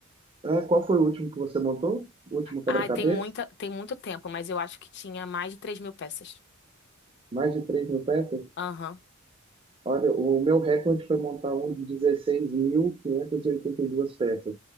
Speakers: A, on the right (about 25°); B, on the left (about 55°).
A: é, qual foi o último que você montou? O último quebra-cabeça?
B: Ai, tem muita, tem muito tempo, mas eu acho que tinha mais de três mil peças.
A: Mais de três mil peças?
B: Aham.
A: Olha, o meu recorde foi montar um de 16.582 peças.